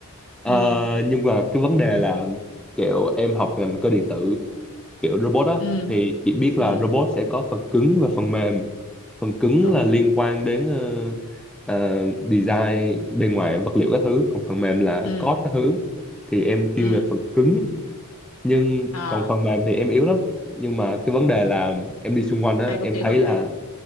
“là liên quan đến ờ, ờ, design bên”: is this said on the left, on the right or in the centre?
Centre